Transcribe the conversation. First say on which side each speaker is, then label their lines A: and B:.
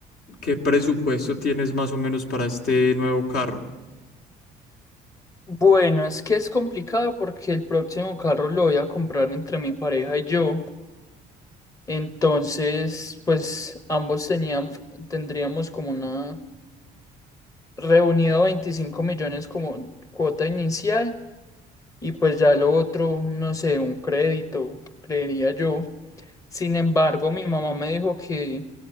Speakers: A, on the left (about 65°); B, on the left (about 20°).
A: qué presupuesto tienes más o menos para este nuevo carro?
B: Bueno, es que es complicado porque el próximo carro lo voy a comprar entre mi pareja y yo. Entonces, pues ambos teníamos, tendríamos como una reunido 25 millones como cuota inicial y pues ya lo otro, no sé, un crédito, creería yo. Sin embargo, mi mamá me dijo que,